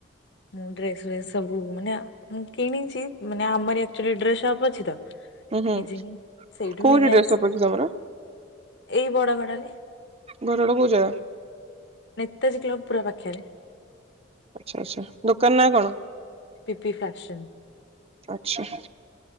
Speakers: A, on the left; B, on the right.
A: ମୁଁ ଡ୍ରେସ୍ ଫ୍ରେସ୍ ସବୁ ମାନେ ଆ ମୁଁ କିଣିଛି ମାନେ ଆମର ଆକ୍ଚୁଲି ଡ୍ରେସ୍ ସପ୍ ଅଛି ତ
B: ଉଁ ହୁଁ
A: ନିଜେ ହିଁ ସେଇଠୁ
B: କୋଉଠି
A: ନେଇ
B: ଡ୍ରେସ
A: ଆସ୍।
B: ସପ୍ ଅଛି ତମର
A: ଏଇ ବଡ଼ ଘଡା଼ରେ,
B: ଘର ଟା କୋଉ ଜାଗା?
A: ନେତାଜୀ କ୍ଲବ୍ ପୁରା ପାଖରେ।
B: ଆଚ୍ଛା ଆଚ୍ଛା ଦୋକାନ ନା କଣ?
A: ପିପି ଫ୍ୟାସନ୍,
B: ଆଚ୍ଛା,